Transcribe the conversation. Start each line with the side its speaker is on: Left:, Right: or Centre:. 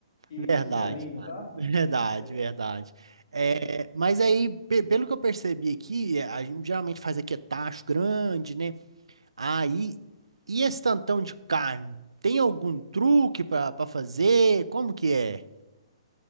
Left: e
Right: Verdade,
Left: costelinha,
Right: cara.
Left: tá?
Right: <laughs> Verdade,
Left: É.
Right: verdade. É, mas aí, pe- pelo que eu percebi aqui, é, a gente geralmente faz aqui é tacho grande, né? Aí, e esse tantão de carne? Tem algum truque pra pra fazer? Como que é?